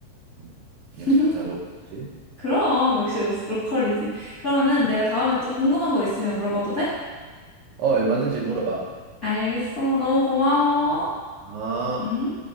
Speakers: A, on the right; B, on the left.
A: 음.
B: <laughs>
A: 역시 부산 로컬이지.
B: 그럼 역시 로- 로컬이지. 그러면은
A: 음.
B: 내가 다음에 또 궁금한 거 있으면 물어봐도 돼?
A: 어, 얼마든지 물어봐.
B: 알겠어. 너무 고마워.
A: 아.
B: 응?